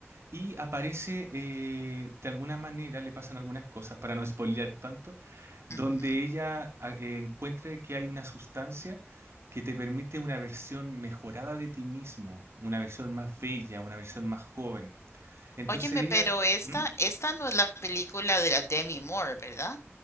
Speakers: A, on the right; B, on the left.
A: y aparece eh, de alguna manera, le pasan algunas cosas, para no spoilear tanto, donde
B: ujú.
A: ella a- eh, encuentre que hay una sustancia que te permite una versión mejorada de ti mismo, una versión más bella, una versión más joven. Entonces
B: Óyeme,
A: ella...
B: pero esta,
A: ¿Mm?
B: esta no es la película de la Demi Moore, ¿verdad?